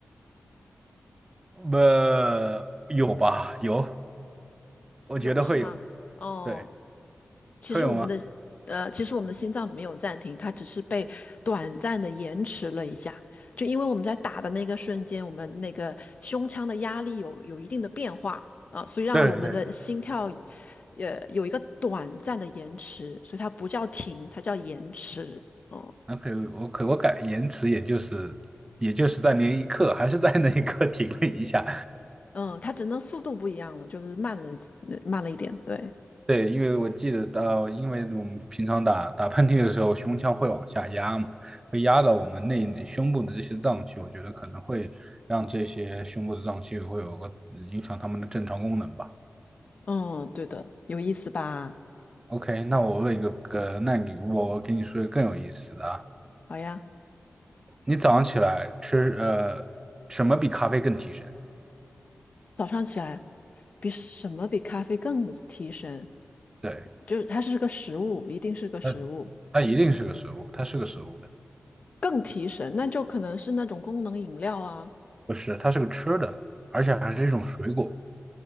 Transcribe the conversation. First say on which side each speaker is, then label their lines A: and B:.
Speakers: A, on the right; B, on the left.
A: 呃，有吧？有，我觉得会有。
B: 有是吗？哦，
A: 对，
B: 其实我们的呃，
A: 会有吗？
B: 其实我们的心脏没有暂停，它只是被短暂的延迟了一下。就因为我们在打的那个瞬间，我们那个胸腔的压力有有一定的变化啊，所以让我们的心跳
A: 对对
B: 呃有一个短暂的延迟，所以它不叫停，它叫延迟。嗯
A: 那可以我可我感延迟也就是也就是在那一刻，还是在那一刻停了一下。
B: 嗯，它只能速度不一样了，就是慢了呃慢了一点。对，
A: 对，因为我记得到，因为我们平常打打喷嚏的时候，胸腔会往下压嘛，会压到我们内胸部的这些脏器，我觉得可能会让这些胸部的脏器会有个影响它们的正常功能吧。
B: 嗯，对的，有意思吧？
A: OK，那我问一个，呃，那你我给你说一个更有意思的啊，
B: 好呀。
A: 你早上起来吃呃什么比咖啡更提神？
B: 早上起来，比什么比咖啡更提神？
A: 对，
B: 就是它是个食物，一定是个食物，
A: 那它一定是个食物，它是个食物的。
B: 更提神，那就可能是那种功能饮料啊，
A: 不是，它是个吃的，而且还是一种水果。